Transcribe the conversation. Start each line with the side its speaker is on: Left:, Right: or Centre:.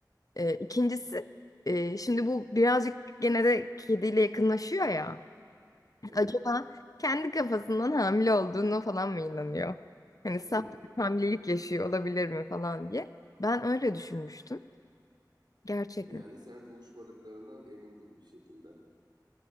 Left: Ee, ikincisi e, şimdi bu birazcık gene de kediyle yakınlaşıyor ya.
Right: Evet.
Left: Acaba kendi kafasından hamile olduğunu falan mı inanıyor? Hani sahte
Right: Hmm.
Left: bir hamilelik yaşıyor olabilir mi falan diye. Ben öyle düşünmüştüm. Gerçek
Right: Yani
Left: mi?
Right: sen buluşmadıklarından emindin bir şekilde.